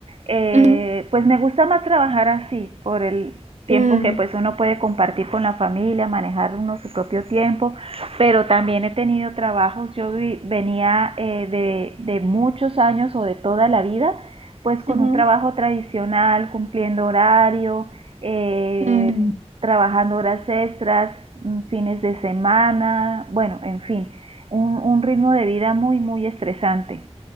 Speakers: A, on the right; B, on the right.
A: Eh,
B: Ujú,
A: pues me gusta más trabajar así, por el tiempo
B: mm,
A: que pues uno puede compartir con la familia, manejar uno su propio tiempo, pero también he tenido trabajos, yo vi- venía eh, de, de muchos años o de toda la vida pues con
B: ujú,
A: un trabajo tradicional, cumpliendo horario, eh,
B: mm.
A: trabajando horas extras, mm, fines de semana, bueno, en fin, un, un ritmo de vida muy, muy estresante.